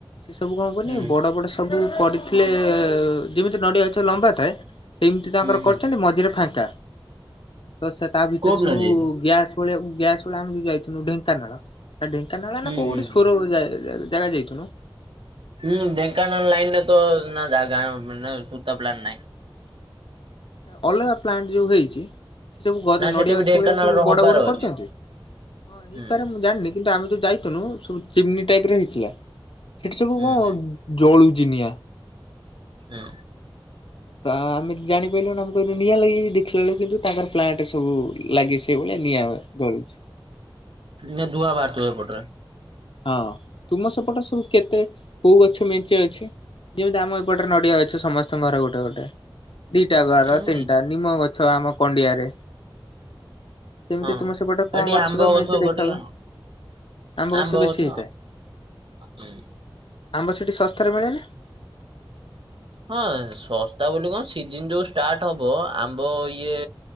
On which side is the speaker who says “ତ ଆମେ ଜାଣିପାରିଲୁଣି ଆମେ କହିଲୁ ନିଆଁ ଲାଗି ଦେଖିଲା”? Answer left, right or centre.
Left